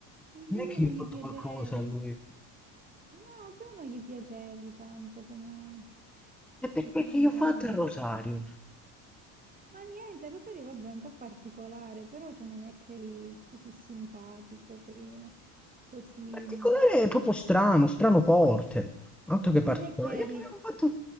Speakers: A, in the centre; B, on the right (about 20°).
A: Non
B: Boh,
A: è che
B: non
A: io ho
B: gli
A: fatto
B: piacevi.
A: qualcosa a lui.
B: No, però non gli piacevi tanto come,
A: È
B: forse
A: perché
B: come
A: che
B: modo.
A: io ho fatto a Rosario.
B: Ma niente, Rosario, vabbè, è un po' particolare, però tu non è che eri così simpatico prima, così...
A: Particolare
B: mm,
A: è proprio strano, strano forte. Altro che particolare.
B: Non è che
A: Io
B: eri...
A: che avevo fatto,